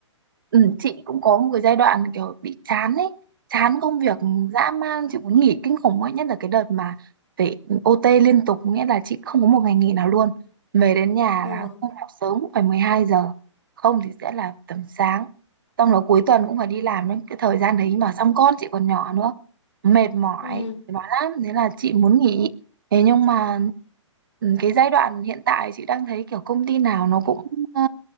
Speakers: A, on the right; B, on the left.
A: Ừ, chị cũng có một cái giai đoạn kiểu bị chán ấy chán công việc
B: Ừ.
A: dã man chị muốn nghỉ kinh khủng ấy nhất là cái đợt mà phải OT liên tục nghĩa là chị không có một ngày nghỉ nào luôn về đến nhà
B: Ừ.
A: là không học sớm cũng phải mười hai giờ không thì sẽ là tầm sáng xong là cuối tuần cũng phải đi làm đến cái thời gian đấy mà xong con chị còn nhỏ nữa mệt mỏi
B: Ừ.
A: mệt mỏi lắm thế là chị muốn nghỉ thế nhưng mà ừ, cái giai đoạn hiện tại chị đang thấy kiểu công ty nào nó cũng ờ,